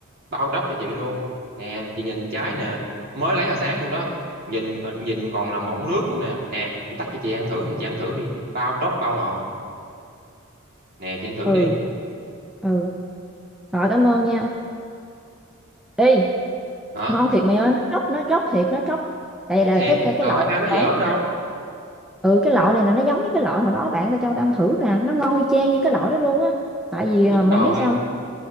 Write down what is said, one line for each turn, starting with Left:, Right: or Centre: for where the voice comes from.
Right: bao tróc cho chị luôn nè chị nhìn trái nè mới lấy hồi sáng luôn đó nhìn nhìn còn là mọng nước luôn nè nè em tách cho chị ăn thử nè chị ăn thử đi bao tróc bao ngọt nè chị ăn thử
Centre: ừ
Right: đi
Centre: ừ rồi cảm ơn nha Ê
Right: hả
Centre: ngon thiệt mày ơi nó chóc nó chóc thiệt nó chóc đây
Right: Nói
Centre: là
Right: thiệt
Centre: cái cái cái
Right: trời
Centre: loại
Right: ơi, ai nói
Centre: bán
Right: giỡn đâu
Centre: nè ừ cái loại này là nó giống với cái loại hồi đó bạn tao cho tao ăn thử nè nó ngon y chang như cái loại đó luôn á tại vì à,
Right: đúng
Centre: mày
Right: rồi
Centre: biết sao không?